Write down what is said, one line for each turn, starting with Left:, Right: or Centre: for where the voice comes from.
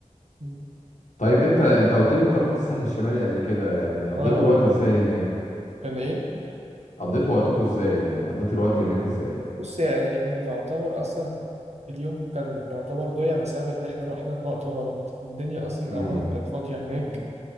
Right: مم.
Left: طيب انت انت قلت لي انت رحت الساحل الشمالي قبل كده يعني قضيتوا
Right: اه اه
Left: الوقت ازاي هناك
Right: كان ايه
Left: قضيتوا وقتكم ازاي يعني قضيت الوقت هناك ازاي
Right: بص يعني احنا نعتبر اصلا اليوم كان يعتبر ضايع بسبب اللي احنا رحنا في وقت غلط الدنيا اصلا
Left: امم
Right: اولا كانت فاضيه هناك